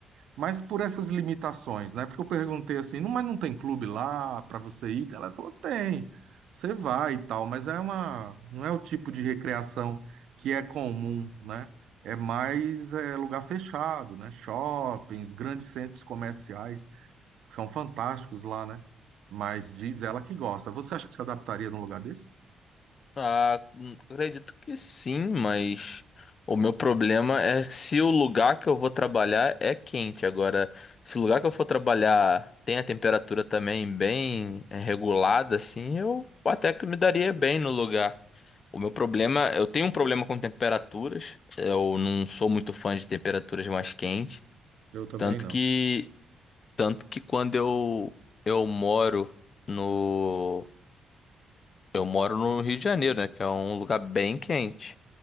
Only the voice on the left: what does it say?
Ah, hum, acredito que sim, mas o meu problema é se o lugar que eu vou trabalhar é quente. Agora, se o lugar que eu for trabalhar tem a temperatura também bem eh, regulada, assim, eu até que me daria bem no lugar. O meu problema, eu tenho um problema com temperaturas. Eu não sou muito fã de temperaturas mais quentes,
tanto
que tanto que quando eu eu moro no Eu moro no Rio de Janeiro, né? Que é um lugar bem quente.